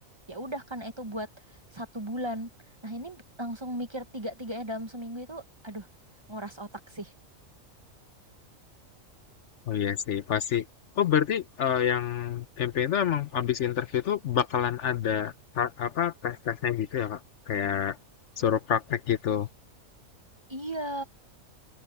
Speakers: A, on the right; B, on the left.
A: ya udah karena itu buat satu bulan. Nah ini langsung mikir tiga-tiganya dalam seminggu itu, aduh nguras otak sih.
B: Oh iya sih, pasti. Oh berarti eh, yang campaign itu emang habis interview itu bakalan ada ta- apa tes-tesnya gitu ya Kak? Kayak suruh praktek gitu.
A: Iya,